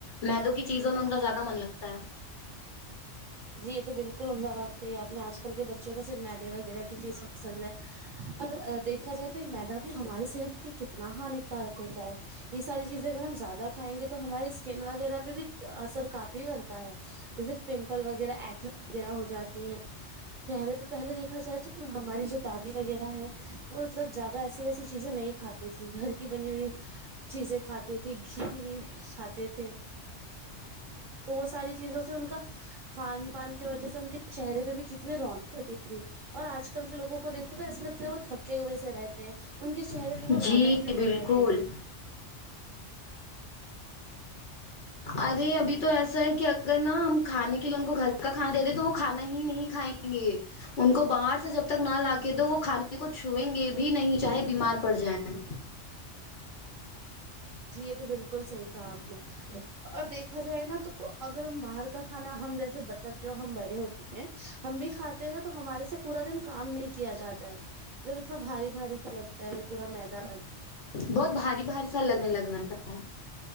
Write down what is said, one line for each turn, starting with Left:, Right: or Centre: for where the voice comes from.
Left: میدوں کی چیزوں میں ان کا زیادہ من لگتا ہے
Right: جی یہ تو بالکل احمدآ باد کا ہی آپ نے آج کل کے بچوں کو صرف میدے وغیرہ کی چیز پسند ہے ا دیکھا جائے تو یہ میدا بھی ہماری صحت کے لئے کتنا ہانیکارک ہوتا ہے یہ ساری چیزیں اگر ہم زیادہ کھائیں گے تو ہمارے سکین وغیرہ پہ بھی اثر کافی کرتا ہے جیسے پمپل وغیرہ ایکنے وغیرہ ہو جاتی ہیں چہرے پہ پہلے دیکھا جائے تو ہماری جو دادی وغیرہ ہے وہ مطلب زیادہ ایسی ویسی چیزیں نہیں کھتی تھی گھر کی بنی ہوئی چیزیں کھاتی تھی گھی بھی کھاتے تھے تو وہ ساری چیزوں سے ان کا کھان پان کی وجہ سے ان کے چہرے پہ بھی کتنی رونق رہتی تھی اور آج کل کے لوگوں کو دیکھو تو ایسا لگتا ہے وہ تھکے ہوئے سے رہتے ہیں ان کے چہرے
Left: ہے
Right: پہ وہ
Left: جی
Right: رونق بھی نہیں
Left: بالکل
Right: رہتی ہے
Left: ارے ابھی تو ایسا ہے کہ اگر نا ہم کھانے کے لیے ان کو گھر کا کھانا دے دے تو وہ کھانا ہی نہیں کھائیں گے ان کو باہر سے جب تک نہ لاکے دو تو وہ کھانے کو چھوئیں گے بھی نہیں چاہے بیمار پڑ جائیں
Right: جی یہ تو بلکل صحیح کہا آپ نے اور دیکھا جائے نا تو اگر ہم باہر کا کھانا ہم جیسے مطلب جو ہم بڑے ہوتے ک ہم بھی کھاتے ہیں نا تو ہمارے سے پورا دن کام نہیں کیا جاتا ہے مطلب اتنا بھاری بھاری سا لگتا ہے وہ پورا میدہ
Left: بہت بھاری بھاری سا لگنے لگنا تھا